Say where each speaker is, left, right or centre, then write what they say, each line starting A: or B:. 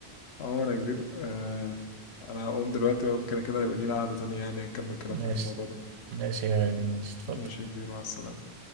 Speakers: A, on the left; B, on the right.
A: اه انا كبير آه انا هقوم دلوقتي وكده كده هيبقى لينا قعدة تانية يعني نكمل كلامنا
B: ماشي
A: في الموضوع ده
B: ماشي يا غالي ماشي اتفضل
A: ماشي يا كبير مع السلامة